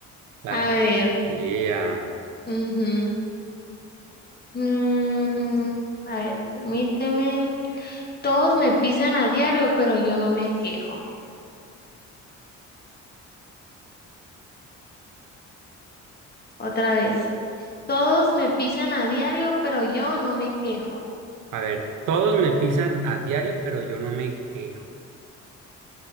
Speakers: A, on the right (about 80°); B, on the left (about 30°).
A: La
B: A
A: poesía.
B: ver. ujú. Mm, a ver, permíteme. Todos me pisan a diario, pero yo no me quejo. Otra vez. Todos me pisan a diario, pero yo no me quejo.
A: A ver, todos me pisan a diario, pero yo no me quejo.